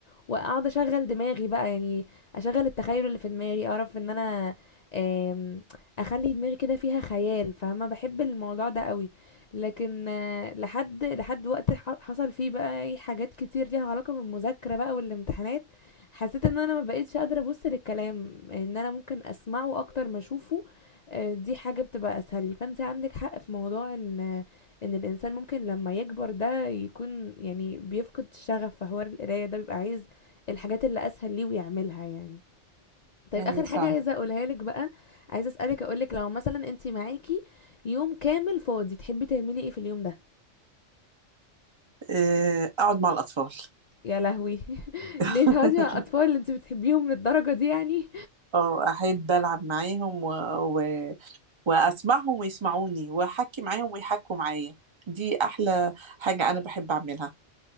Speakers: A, on the left; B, on the right.
A: واقعد اشغل دماغي بقى يعني اشغل التخيل اللي في دماغي اعرف ان انا آم، اخلي دماغي كده فيها خيال فاهمه بحب الموضوع ده قوي لكن آه، لحد لحد وقت ح- حصل فيه بقى اي حاجات كتير ليها علاقه بالمذاكره بقى والامتحانات حسيت ان انا ما بقتش قادره ابص للكلام ان انا ممكن اسمعه اكتر ما اشوفه آه، دي حاجه بتبقى اسهل لي فانت عندك حق في موضوع ان ان الانسان ممكن لما يكبر ده يكون يعني بيفقد الشغف في حوار القرايه ده بيبقى عايز الحاجات اللي اسهل ليه ويعملها يعني طيب
B: ايوه
A: اخر
B: فعلا
A: حاجه عايزه اقولها لك بقى عايزه اسالك اقولك لو مثلا انت معاكي يوم كامل فاضي تحبي تعملي ايه في اليوم ده
B: آه، أقعد مع الأطفال
A: يا لهوي <laughs>
B: <laughs>
A: ليه تقعدي مع الاطفال اللي انت بتحبيهم للدرجه دي يعني
B: اه احب العب معاهم و... و... واسمعهم ويسمعوني واحكي معاهم ويحكوا معايا دي احلى حاجة انا بحب اعملها